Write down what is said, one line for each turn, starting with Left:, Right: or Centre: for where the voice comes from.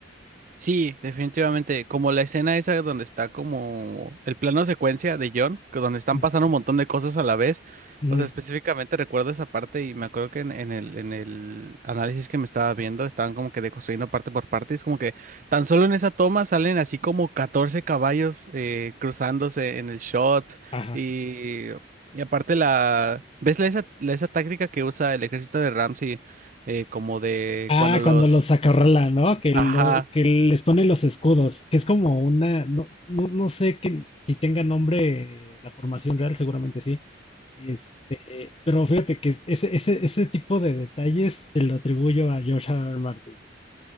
Right: Sí, definitivamente. Como la escena esa donde está como el plano secuencia de John, que donde están
Left: Ujú,
Right: pasando un montón de cosas a la vez.
Left: ujú,
Right: O sea, específicamente recuerdo esa parte y me acuerdo que en, en el, en el análisis que me estaba viendo estaban como que deconstruyendo parte por parte. Es como que tan solo en esa toma salen así como 14 caballos eh, cruzándose en el shot.
Left: Ajá.
Right: Y, y aparte la... ¿Ves la, esa, la- esa táctica que usa el ejército de Ramsey eh, como de
Left: Ah,
Right: cuando los...
Left: cuando los acorrala, ¿no? Que,
Right: Ajá.
Left: lo- que les pone los escudos, que es como una, no, no, no sé que, si tenga nombre eh, la formación real, seguramente sí. Este, pero fíjate que ese, ese, ese tipo de detalles se lo atribuyo a George R. R. Martin.